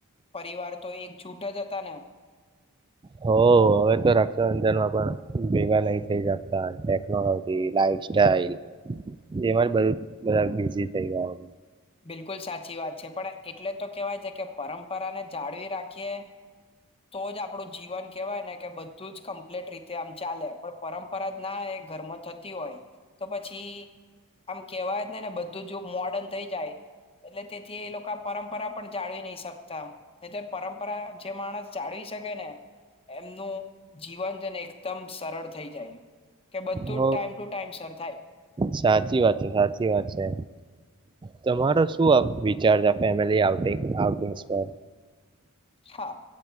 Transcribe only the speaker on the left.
પરિવાર તો એક જૂઠ જ હતા ને.
બિલકુલ સાચી વાત છે પણ એટલે તો કેવાય છે કે પરં. પરાને જાળવી રાખીએ. તો જ આપડું જીવન કેહેવાય ને કે બધું જ કમ્પ્લીટ રીતે આમ ચાલે પણ પરંપરા જ ના એ ઘરમાં થતી હોય તો પછી આમ કેહેવાય ને ને બધું જ મોર્ડન થઈ જાય એટલે તેથી એ લોકો પરંપરા. પણ જાળવી નહી શકતા એ તો પરંપરા. જે માણસ. ચળવી શકે ને એમનું જીવન જેને એકદમ સરળ થઈ જાય. કે બધું જ
ટાઈમ ટુ ટાઈમ સર થાય
હા